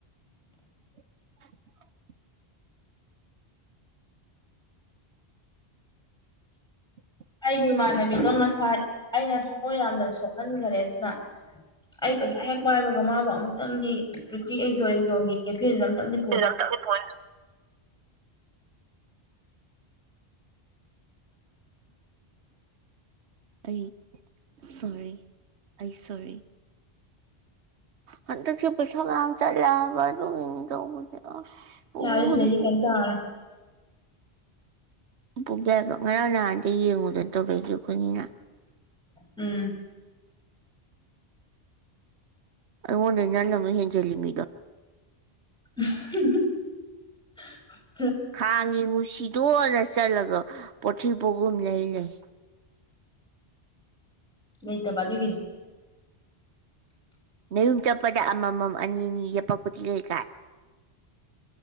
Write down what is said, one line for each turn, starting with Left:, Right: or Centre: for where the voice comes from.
Right: <unintelligible> <inaudible>
Centre: ꯑꯩꯒꯤ ꯏꯃꯥꯟꯅꯕꯤꯗꯣ ꯉꯁꯥꯏ ꯑꯩꯅ ꯊꯃꯣꯏ ꯌꯥꯝꯅ ꯁꯣꯛꯍꯟꯒꯔꯦ ꯑꯗꯨꯅ ꯑꯩ ꯄꯩꯁꯥ ꯍꯦꯛ ꯄꯥꯏꯕꯒ ꯃꯥꯕꯨ ꯑꯃꯨꯛꯇꯪꯗꯤ ꯄ꯭ꯔꯤꯇꯤ ꯑꯦꯛꯖꯣ ꯑꯦꯛꯖꯣꯟꯒꯤ ꯀꯦꯐꯦꯗꯨꯗ ꯑꯃꯇꯪꯗꯤ
Right: ꯐꯤꯂꯝ ꯇꯠꯂꯤ ꯄꯣꯔꯦ ꯑꯩ ꯁꯣꯔꯤ ꯑꯩ ꯁꯣꯔꯤ ꯍꯟꯇꯛꯁꯦ ꯄꯩꯁꯥ ꯃꯌꯥꯝ ꯆꯠꯂꯦ ꯍꯥꯢꯕ ꯑꯗꯨꯒꯤꯅꯤ ꯇꯧꯕꯁꯤ ꯑꯥꯁ ꯄꯨꯕꯕꯨꯗꯤ
Centre: ꯌꯥꯔꯦ ꯁꯤꯗꯩꯗꯤ
Right: ꯄꯨꯒꯦ
Centre: ꯀꯩꯝ ꯆꯥꯔꯔꯣꯏ
Right: ꯄꯣꯛ ꯌꯥꯏꯕ ꯉꯔꯥꯡ ꯅꯍꯥꯟꯗ ꯌꯦꯡꯉꯨꯗꯟ ꯇꯧꯔꯛꯏꯗꯨ ꯑꯈꯣꯏꯃꯤꯅ
Centre: ꯎꯝ
Right: ꯑꯩꯉꯣꯟꯗꯩ ꯅꯪꯅ ꯃꯨꯛ ꯍꯦꯟꯖꯤꯜꯂꯤꯃꯤꯗꯣ
Centre: <unintelligible>
Right: ꯈꯥꯡ ꯌꯦꯡ ꯉꯨꯁꯤꯗꯣꯅ ꯆꯠꯂꯒ ꯄꯣꯊꯤ ꯄꯣꯒꯨꯝ ꯂꯩ ꯂꯩ
Centre: ꯂꯩꯇꯕ ꯑꯗꯨꯒꯤꯅꯤ
Right: ꯅꯌꯨꯝ ꯆꯞꯄꯗ ꯑꯃꯝ ꯃꯝ ꯑꯅꯤ ꯅꯤ ꯌꯦꯛꯄꯛꯄꯗꯤ ꯀꯩ ꯀꯥꯏ